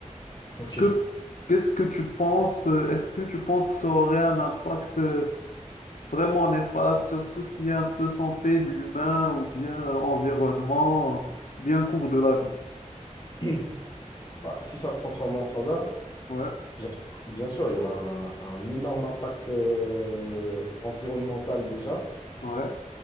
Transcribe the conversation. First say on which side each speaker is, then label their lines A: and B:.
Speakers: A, on the left (about 30°); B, on the left (about 85°).
A: Ok.
B: Que, qu'est-ce que tu penses? euh, Est-ce que tu penses que ça aurait un impact euh, vraiment néfaste sur tout ce qui est un peu santé de l'humain ou bien euh, environnement, euh, ou bien cours de la vie?
A: <clears throat> Bah, si ça se transforme en soda,
B: Ouais,
A: Bien, bien sûr, il y aura un, un énorme impact euh, environnemental déjà,
B: ouais,